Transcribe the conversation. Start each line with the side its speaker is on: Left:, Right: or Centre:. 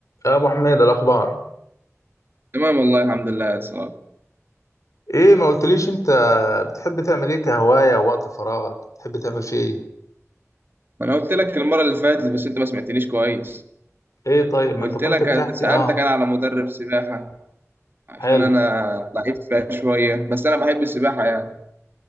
Left: يا ابو حميد الاخبار
Right: تمام والله الحمد لله يا سلام
Left: ايه ما قلتليش انت بتحب تعمل ايه كهواية وقت فراغك بتحب تعمل فيه ايه
Right: ما انا قلت لك المره اللي فاتت بس انت ما سمعتنيش كويس
Left: ايه طيب ما
Right: قلت
Left: انت كنت
Right: لك
Left: بتحكي
Right: سالتك
Left: اه
Right: انا على مدرب سباحه عشان
Left: حلو
Right: انا ضعيف فيها شويه بس انا بحب السباحه يعني